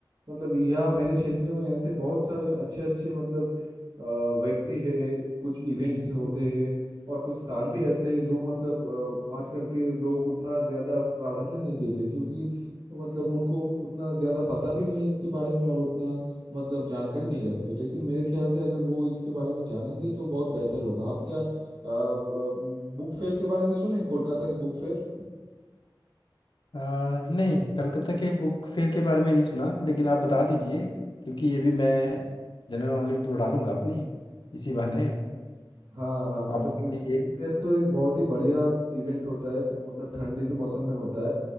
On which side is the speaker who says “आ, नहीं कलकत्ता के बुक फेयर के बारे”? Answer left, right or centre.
Left